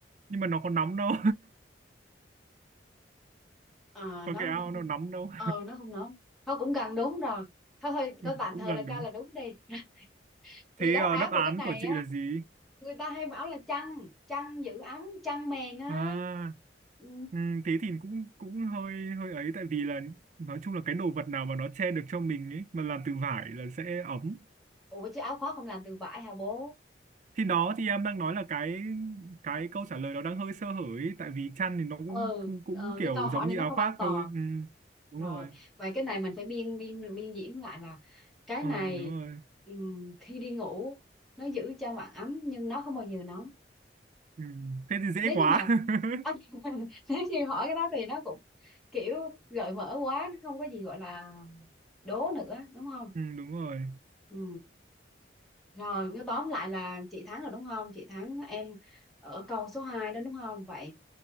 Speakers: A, on the right; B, in the centre.
A: nhưng mà nó có nóng đâu
B: Ờ,
A: <laughs> có
B: nó
A: cái áo
B: nó không
A: nó nóng đâu
B: ờ nó không nó thôi cũng gần đúng rồi thôi thôi
A: <laughs>
B: coi tạm
A: cũng
B: thời
A: gần
B: là
A: đúng
B: cho
A: không?
B: là đúng đi <laughs> thì
A: thế
B: đáp
A: ờ,
B: án
A: đáp
B: của
A: án
B: cái này
A: của chị
B: á
A: là gì
B: người ta hay bảo là chăn chăn giữ ấm chăn mền á
A: à
B: ừ.
A: ừ, thế thì cũng cũng hơi hơi ấy tại vì là nói chung là cái đồ vật nào mà nó che được cho mình ấy mà làm từ vải là sẽ ấm
B: ủa chứ áo khoác không làm từ vải hả bố
A: thì đó thì em đang nói là cái cái câu trả lời nó đang hơi sơ hở ấy tại vì chăn thì nó cũng
B: ừ
A: cũng, cũng
B: ờ,
A: kiểu
B: cái câu hỏi
A: giống
B: này
A: như
B: nó
A: áo
B: không
A: khoác
B: an toàn
A: thôi ừ, đúng
B: rồi
A: rồi
B: vậy cái này mình phải biên biên biên diễn lại là cái
A: ờ
B: này
A: đúng rồi
B: ừm, khi đi ngủ nó giữ cho bạn ấm nhưng nó không bao giờ nóng
A: ừ. thế thì
B: nếu
A: dễ quá
B: như mà
A: <laughs>
B: <laughs> nếu như hỏi cái đó thì nó cũng kiểu gợi mở quá nó không có gì gọi là đố nữa đúng không
A: ừ, đúng rồi
B: Ừ. Rồi, nếu tóm lại là chị thắng rồi đúng không? Chị thắng em ở câu số 2 đó đúng không? Vậy